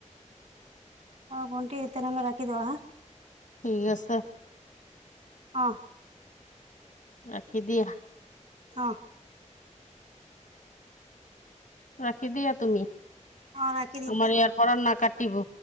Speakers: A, on the right (about 60°); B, on the left (about 85°).
A: অ ভণ্টি তেনেহলে ৰাখি দি ওঁ হা
B: ঠিক আছেছে
A: অ
B: ৰাখি দিয়া
A: অ
B: ৰাখি দিয়া তুমি আমাৰ
A: অ ৰাখি দি
B: ইয়াৰ পৰাৰ না কাটিব